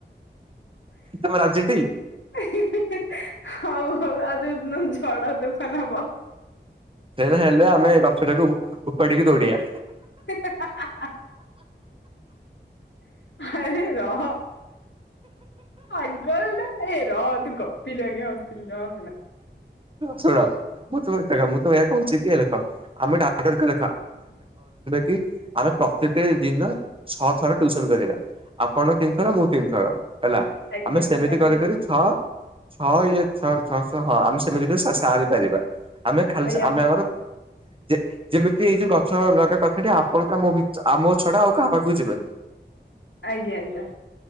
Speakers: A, on the right (about 30°); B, on the left (about 85°).
A: ତମେ ରାଜିଟି?
B: <unintelligible> ହଉ ହଉ ଆଉ ଯୋଉଦିନ ଝଡ ତୋଫାନ ହବ
A: ସେମତି ହେଲେ ଆମେ ଗଛଟାକୁ ଉପାଡିିକି ଦୌଡିଆ।
B: <unintelligible> ଆରେ ରହ। ଆଗ ନା ଏଇ ର ତୁ ଗପିଲୁ ଆଗେ ହସିଲୁ ହସ ନା।
A: ଶୁଣ ମୁଁ ତମ ଦେଖ ମୁଁ ତମକୁ ଏଇଆ କହୁଛି କି ଦେଖ ଆମେ <unintelligible> ଆମେ ଟାର୍ଗେଟ କଲେ କି ଆମେ ପ୍ରତି ଟି ଦିନ ଛଅ ଥର ଟ୍ୟୁସନ କରିବା। ଆପଣ ତିନିଥର ମୁଁ ତିନିଥର ହେଲା।
B: ଆଜ୍ଞା
A: ଆମେ ସେମିତି
B: ଆଜ୍ଞା
A: କରି କରି ଛଅ ଛଅ ଇଏ ଛଅ ଛଅଶହ ହଁ ଆମେ ସେମିତି ସା ସାରିପାରିବା। ଆମେ ଖାଲି
B: ଆଜ୍ଞା
A: ସେ ଆମେ ଆମର ଯେ ଯେମିତି ଏଇ ଯୋଉ ଗଛ ଲଗା କଥା ଟା ଆପଣ ଙ୍କ ଆଉ ମୋ ଭି ଆମ ଛଡା ଆଉ କାହା ପାଖକୁ ଯିବନି।
B: ଆଜ୍ଞା ଆଜ୍ଞା।